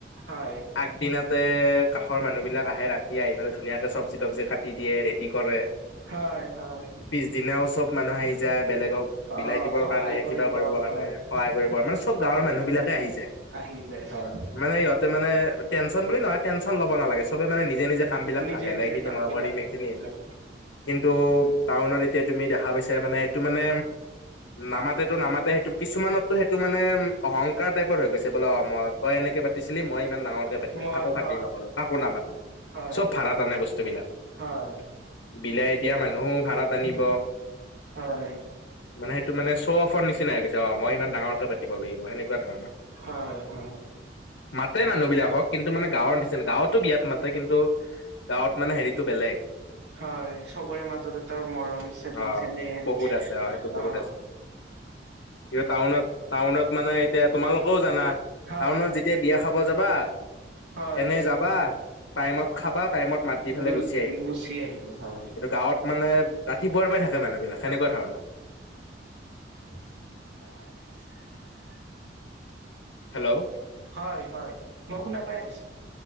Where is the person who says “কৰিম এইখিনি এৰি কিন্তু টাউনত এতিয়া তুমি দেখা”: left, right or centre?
Left